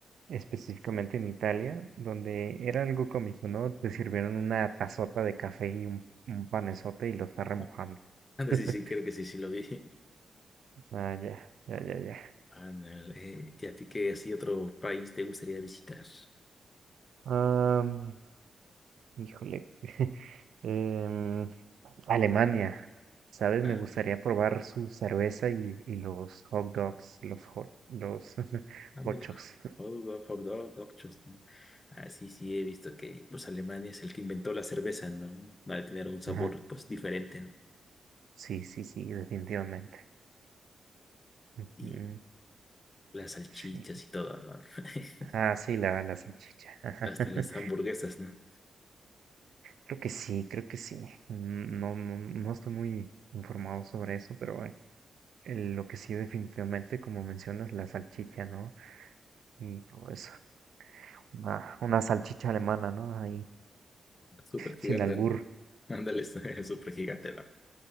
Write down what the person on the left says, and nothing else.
Ah, Anda,
sí, sí, creo que sí, sí lo vi.
Ándale. ¿Y a ti qué así otro país te gustaría visitar?
Ah,
ándale.
Hot dog, hot dog, hot shoes. Ah, sí, sí, he visto que pues Alemania es el que inventó la cerveza, ¿no? Va a tener un sabor
pues diferente, ¿no?
Y las salchichas
y todo, ¿no? <laughs>
Hasta
las hamburguesas, ¿no?
Súper gigante,
¿no?
Ándale, <laughs> súper gigante, ¿no?